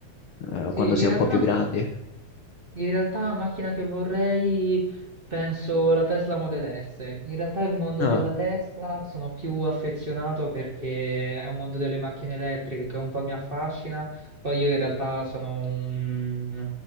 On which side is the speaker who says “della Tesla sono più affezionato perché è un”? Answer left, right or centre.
Right